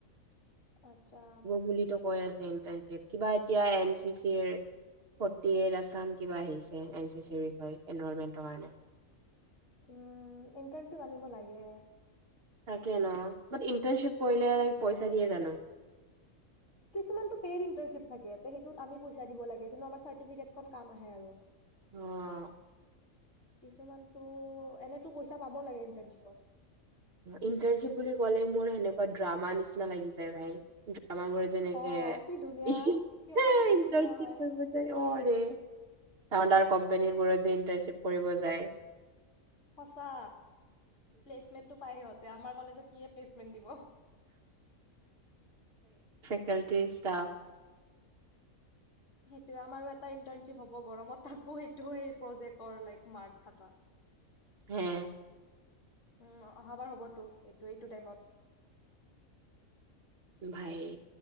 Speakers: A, on the left; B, on the right.
A: আচ্ছা।
B: বুলিতো কৈ আছে ইন্টাৰশিপ, কিবা এতিয়া এনচিচিৰ ফৰ্তি এইত আসাম কিবা আহিছে এনচিচিৰ বিষয়ে এনুৱাৰমেনটৰ কাৰণে।
A: উম ইন্টাৰ্ণশ্বিপ আনিব লাগে।
B: তাকে ন ইন্টাৰ্শ্বিপ কৰিলে পইচা দিয়ে জানো?
A: কিছুমানতটো পেড ইণ্টাৰশ্বিপ থাকে। সেইটোত আমি পইচা দিব লাগে কিন্তু আমাৰ চাৰ্টিফিকেটখন কাম আহে আৰু।
B: অহ।
A: কিছুমানতটো, এনেতো পইচা পাব লাগে ইন্টাৰ্ণশ্বিপত।
B: ইন্টাৰশ্বিপ বুলি কলে মোৰ সেনেকুৱা ড্ৰামা নিচিনা লাগি যায় ভাই। আমাৰ বোৰৰ যেনেকে
A: অ কি ধুনীয়া
B: অই
A: সিহঁতৰ কিমান
B: ইন্টাৰশ্বিপ
A: ধুনীয়া ভাই
B: কৰিব যায় অ ৰে ডাঙৰ ডাঙৰ কোম্পনীবোৰত যে ইন্টাৰ্নশ্বিপ কৰিব যায়।
A: সঁচা। প্লেচমেন্টো পাই সিহঁতে, আমাৰ কলেজত কিয়ে প্লেচমেন্ট দিব?
B: Faculty staff.
A: সেইটোয়ে আমাৰ এটা ইন্টাৰ্ণশ্বিপ হ'ব গৰমত থাকো সেইটো প্ৰজেক্টৰ লাইক মাৰ্ক থকা ।
B: হে?
A: উম অহাবাৰ হ'বতো এইটো এইটো টাইমত ।
B: ভাই